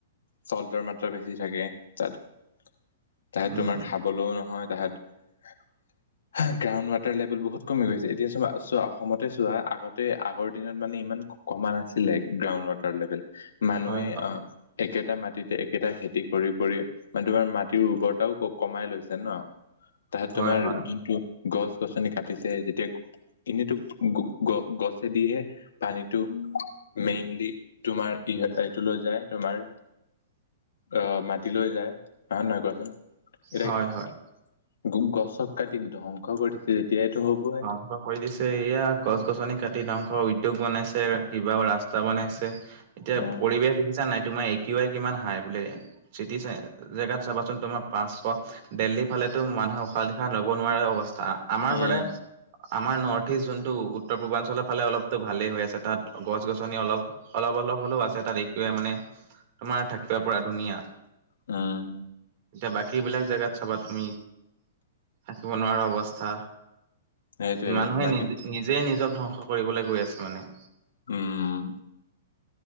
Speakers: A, on the left; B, on the right.
A: চল্টৰ মাত্ৰা বেছি থাকে তাত, তাহত
B: উম
A: তোমাৰ সা বলেও নহয় তাহাঁত হা গ্ৰাউণ্ড ৱাটাৰ লেভেল বহুত কমি গৈছে এতিয়া চবা চোৱা অসমতে চোৱা আগতে আগৰ দিনত মানে ইমান কমা নাছিলে গ্ৰাউণ্ড ৱাটাৰ লেভেল মানুহে
B: হয় হয়
A: অ একেটা মাটিতে একেটা খেতি কৰি কৰি মানে তোমাৰ মাটিৰ উৰ্বৰৰতাও কমাই লৈছে ন তাহত
B: হয়
A: তোমাৰ
B: হয়
A: যোনটো গছ গছনি কাটিছে যেতিয়া এনেটো গো-গ-গছেদিহে পানীতটো মেইনলি তোমাৰ ই এইটো লৈ যায় তোমাৰ অ মাটি লৈ যায় হয় নহয় কোৱাচোন। এতিয়া
B: হয় হয়
A: গছক কাটি ধ্বংস কৰিছে তেতিয়া এইটো হবই।
B: ধ্বংস কৰি দিছে এয়া গছ গছনি কাটি ধংস উদ্যোগ বনাইছে কিবা ৰাস্তা বনাইছে। এতিয়া
A: উম
B: পৰিৱেশ দেখিছা নাই তোমাৰ একৱ কিমান হাই বোলে। চিটি চ জেগাত চাবাচোন তোমাৰ পাঁচশ দেল্লী ফালেতো মানুহে উশাহ নিশা লব নোৱাৰা অৱস্থা আমাৰ
A: উম
B: বাৰে আমাৰ নৰ্থ ইষ্ট যোনটো উত্তৰ পূৰ্বাঞ্চলৰ ফালে অলপতো ভালেই হৈ আছে তাত গছ গছনি অলপ অলপ অলপ হ'লেও আছে তাত এ কিউ আই মানে তোমাৰ থাকিব পৰা ধুনীয়া।
A: উম।
B: এতিয়া বাকী বিলাক জেগাত চাবা তুমি থাকিব নোৱাৰা অৱস্থা।
A: সেইটোৱে
B: মানুহে
A: বাকী
B: নিজ নিজে নিজক ধ্বংস কৰিবলৈ গৈ আছে মানে।
A: উম,